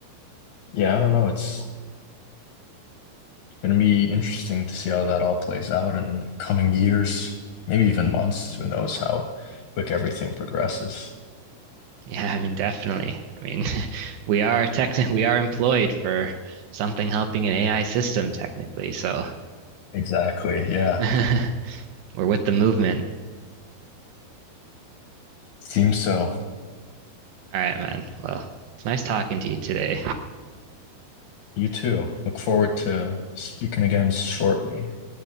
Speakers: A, on the left; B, on the right.
A: yeah, I don't know. It's going to be interesting to see how that all plays out in the coming years, maybe even months. Who knows how quick everything progresses.
B: Yeah, I mean, definitely. I mean, <laughs> we are tech, <laughs> we are employed for something helping an AI system technically. So
A: Exactly. Yeah.
B: <laughs> we're with the movement.
A: Seems so.
B: All right, man. Well, it's nice talking to you today.
A: You too. Look forward to speaking again shortly.